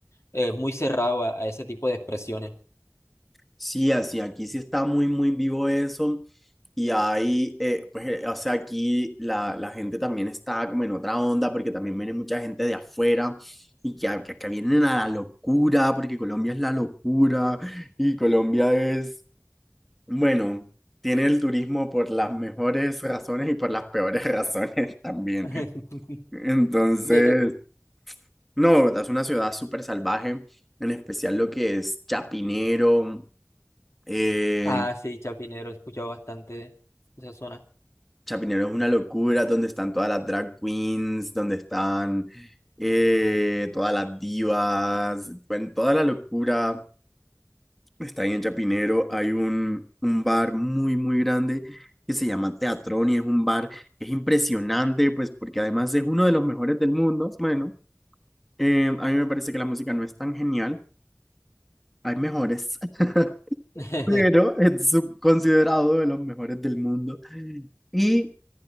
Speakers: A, on the left (about 75°); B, in the centre.
A: Es muy cerrado a, a ese tipo de expresiones.
B: sí, así, aquí sí está muy, muy vivo eso. Y ahí, eh, pues, eh, o sea, aquí la, la gente también está como en otra onda, porque también viene mucha gente de afuera y que, a- que, que vienen a la locura, porque Colombia es la locura y Colombia es Bueno, tiene el turismo por las mejores razones y por las peores <laughs> razones también.
A: <laughs>
B: Entonces,
A: Eh, eh,
B: no, es una ciudad súper salvaje, en especial lo que es Chapinero. eh,
A: ah, sí, Chapinero, he escuchado bastante de esa zona.
B: Chapinero es una locura, donde están todas las drag queens, donde están eh, todas las divas, bueno, toda la locura. Está ahí en Chapinero, hay un, un bar muy, muy grande que se llama Teatrón y es un bar que es impresionante, pues porque además es uno de los mejores del mundo. Bueno, eh, a mí me parece que la música no es tan genial, hay mejores, <laughs>
A: <laughs>
B: pero es sub- considerado de los mejores del mundo. Y